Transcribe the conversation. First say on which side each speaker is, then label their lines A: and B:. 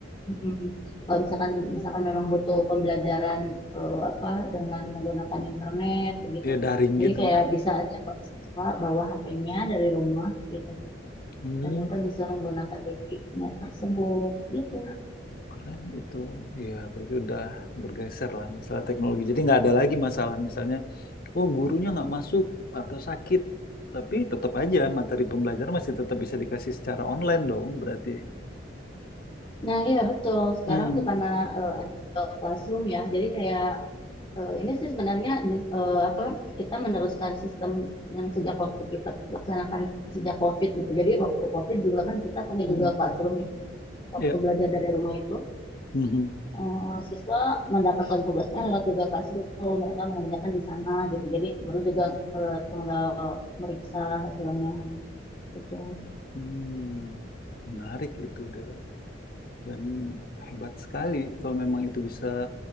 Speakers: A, on the left; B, on the left.
A: mm, kalau misalkan misalkan memang butuh pembelajaran eh, apa dengan menggunakan internet begitu.
B: Dia daring
A: Jadi
B: gitu.
A: kayak bisa aja ba- siswa bawa HP-nya dari rumah gitu
B: Hmm.
A: dan mereka bisa menggunakan wifi-nya tersebut gitu.
B: Keren itu. Ya, berarti udah bergeser lah masalah teknologi. Jadi nggak ada lagi masalah misalnya, oh gurunya nggak masuk atau sakit. Tapi tetap aja materi pembelajaran masih tetap bisa dikasih secara online dong berarti.
A: Nah, iya betul. Sekarang
B: Hmm,
A: tuh karena eh, ada Google Classroom ya, jadi kayak eh, ini sih sebenarnya di- eh, apa kita meneruskan sistem yang sejak waktu kita laksanakan sejak COVID gitu. Jadi waktu COVID juga kan kita pakai
B: hmm,
A: Google Classroom ya. Waktu
B: ya.
A: belajar dari rumah itu
B: Mhm.
A: eh, siswa mendapatkan tugasnya lewat Google Classroom, mereka mengerjakan di sana gitu. Jadi baru juga eh, tinggal meriksa hasilnya gitu.
B: Hmm, menarik itu adalah dan hebat sekali kalau memang itu bisa